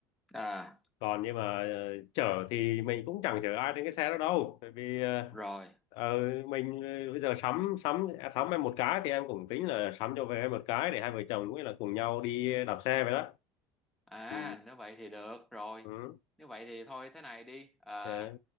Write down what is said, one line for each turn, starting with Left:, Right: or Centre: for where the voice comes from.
Centre: à
Left: còn nhưng mà ờ, chở thì mình cũng chẳng chở ai trên cái xe đó đâu tại vì ờ,
Centre: rồi
Left: ờ, mình ờ, bây giờ sắm sắm à, sắm em một cái thì em cũng tính là sắm cho về em một cái để hai vợ chồng cũng là cùng nhau đi đạp xe vậy đó
Centre: à
Left: ừ
Centre: nếu vậy thì được rồi
Left: ừ
Centre: nếu vậy thì thôi thế này đi à,
Left: yeah.